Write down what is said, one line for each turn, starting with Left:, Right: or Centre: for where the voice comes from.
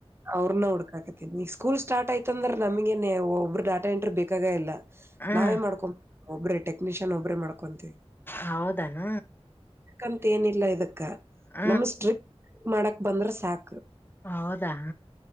Right: ಅವ್ರನ ಹುಡ್ಕಾಕತ್ತನ್ ನೀ ಸ್ಕೂಲ್ ಸ್ಟಾರ್ಯ್ತಂದ್ರ ನಮಗೇನೆ ಒಬ್ಬರು ಡಾಟ ಎಂಟ್ರಿ ಬೇಕಾಗ ಇಲ್ಲ
Left: ಹ್ಮ್
Right: ನಾವೇ ಮಾಡ್ಕೊ ಒಬ್ರೇ ಟೆಕ್ನಿಷಿಯನ್ ಒಬ್ರೇ ಮಾಡ್ಕೊಂತೀವಿ
Left: ಹೌದಾನ
Right: ಅಂತ ಏನಿಲ್ಲ ಇದಕ್ಕ
Left: ಹ
Right: ನಮ್ಮ ಸ್ಟ್ರಿಕ್ ಮಾಡಕ್ ಬಂದ್ರ ಸಾಕು
Left: ಹೌದಾ